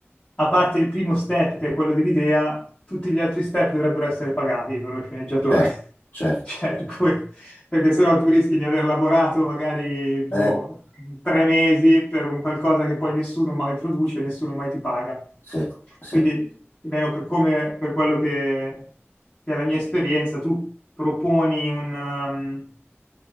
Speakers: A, on the left; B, on the left.
A: a parte il primo step, che è quello dell'idea, tutti gli altri step dovrebbero essere pagati per lo sceneggiatore.
B: certo,
A: <laughs>
B: certo.
A: Cioè, per cui- perché sennò tu rischi di aver lavorato magari, boh,
B: Eh,
A: tre mesi per un qualcosa che poi nessuno mai produce, nessuno mai ti paga.
B: sì, sì,
A: Quindi, almeno per come, per quello che, che è la mia esperienza, tu proponi un, um,